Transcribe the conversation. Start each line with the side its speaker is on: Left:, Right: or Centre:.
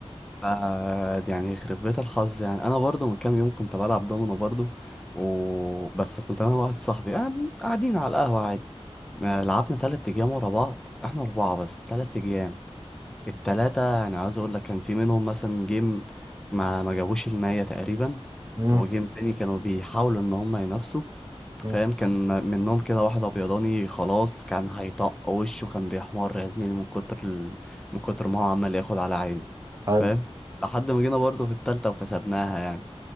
Centre: آه يعني يخرب بيت الحظ يعني انا برضو من كام يوم كنت بلعب دومينو برضو و... بس كنت انا واحد صاحبي آه قاعدين على القهوه عادي آه لعبنا تلات ايام ورا بعض احنا اربعه بس تلات ايام التلاتة انا عاوز اقول لك كان في منهم مثلا جيم ما ما جابوش المية تقريبا
Right: مم.
Centre: وجيم تاني كانوا بيحاولوا ان هم ينافسوا
Right: مم.
Centre: فاهم كان م- منهم كده واحد ابيضاني خلاص كان هيطق وشه كان بيحمر يا زميلي من كتر ال... من كتر ما هو عمال ياخد على عينه
Right: حلو
Centre: فاهم لحد ما جينا برضه في التالتة وكسبناها يعني